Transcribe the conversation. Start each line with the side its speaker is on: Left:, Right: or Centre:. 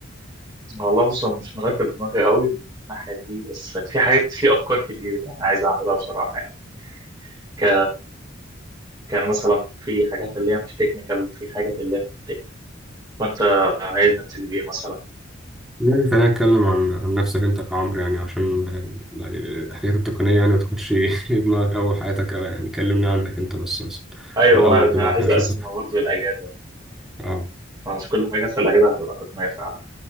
Right: والله بص أنا مش مرتب دماغي قوي من الناحيه دي بس في حاجات في افكار كتير يعني عايز اعملها بصراحه يعني ك... كان مثلا في حاجات اللي هي مش تكنيكال في حاجات اللي هي تكنيكال فانت عايز نبتدي بايه مثلا؟
Centre: يعني خلينا نتكلم عن عن نفسك أنت كعمرو يعني عشان يعني الحاجات التقنية يعني ما تاخدش <laughs> دماغك أو حياتك أوي يعني كلمني عنك أنت بس مثلا
Right: ايوه
Centre: الأول
Right: ما ما
Centre: كده
Right: انا
Centre: عشان
Right: عايز
Centre: أشوف
Right: اقسمها برضه الاجازه
Centre: اه
Right: ما مش كل حاجه في الاجازه هتبقى تقنيه فعلا